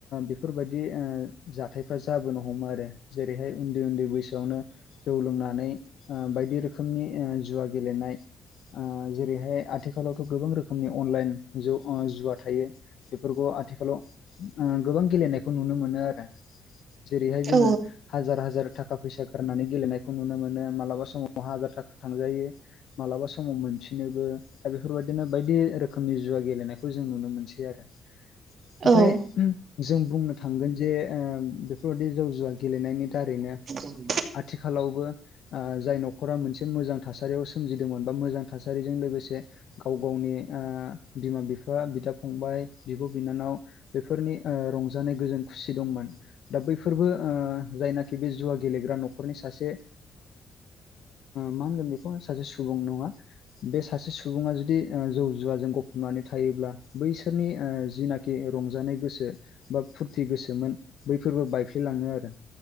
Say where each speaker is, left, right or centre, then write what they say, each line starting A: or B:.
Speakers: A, on the left; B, on the right.
A: बेफोरबायदि ओ जाथायफ्रा जाबोनो हमो आरो जेरैहाय उन्दै उन्दै बैसोआवनो जौ लोंनानै ओ बायदि रोखोमनि ओ जुवा गेलेनाय जेरैहाय आथिखालावथ' गोबां रोखोमनि अनलाइन ज' जुवा थायो। बेफोरखौ आथिखालाव गोबां गेलेनायखौ नुनो मोनो आरो। जेरैहाय जोङो
B: औ
A: हाजार हाजार थाखा फैसा गारनानै गेलेनायखौ नुनो मोनो मालाबा समावनो ना हाजार थाखा थांजायो मालाबा समाव मोनफिनोबो दा बेफोरबायदिनो बायदि रोखोमनि जुवा गेलेनायखौ जों नुनो मोनसै आरो। ओमफाय
B: औ
A: जों बुंनो थांगोन जे बेफोरबादि जौ जुवा गेलेनायनि दारैनो
B: <inaudible>
A: आथिखालावबो जाय नखर नखरा मोनसे मोजां थासारियाव सोमजिदोंमोन बा मोजां थासारिजों लोगोसे। गाव गावनि बिमा-बिफा, बिदा-फंबाय, बिब'-बिनानाव बेफोरनि रंजानाय गोजोन खुसि दंमोन। दा बैफोरबो जायनाखि बे जुवा गेलेग्रा न'खरनि सासे। मा होनगोन बेखौ सासे सुबुं नङा। ओ बे सासे सुबुङा जुदि जौ जुवाजों गफबनानै थायोब्ला बैसोरनि जिनाखि रंजानाय गोसो बा फुरथि गोसोमोन बैफोरबो बायफ्लेलाङो आरो।